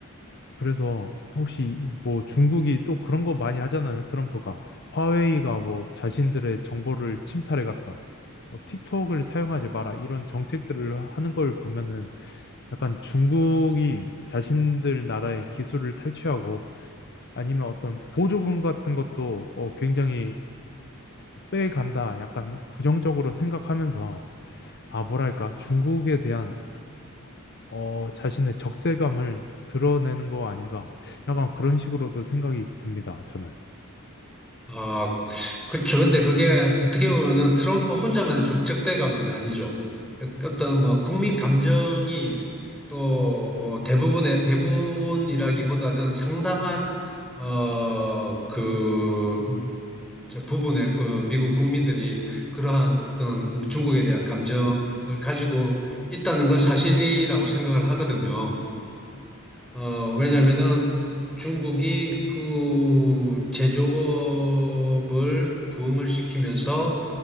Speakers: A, on the left; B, in the centre.
A: 그래서 혹시 뭐 중국이 또 그런 거 많이 하잖아요. 트럼프가 화웨이가 뭐 자신들의 정보를 침탈해 갔다. 뭐 틱톡을 사용하지 마라. 이런 정책들을 하는 걸 보면은 약간 중국이 자신들 나라의 기술을 탈취하고 아니면 어떤 보조금 같은 것도 어, 굉장히 빼간다. 약간 부정적으로 생각하면서 아, 뭐랄까, 중국에 대한 어, 자신의 적대감을 드러내는 거 아닌가. 약간 그런 식으로도 생각이 듭니다, 저는.
B: 아, 그쵸. 근데 그게 어떻게 보면은 트럼프 혼자만의 적- 적대감은 아니죠. 어떤 뭐 국민 감정이 또 어, 대부분의 대부분이라기보다는 상당한 어, 그, 저 부분의 그 미국 국민들이 그러한 어떤 중국에 대한 감정을 가지고 있다는 건 사실이라고 생각을 하거든요. 어, 왜냐면은 중국이 그 제조업을 부흥을 시키면서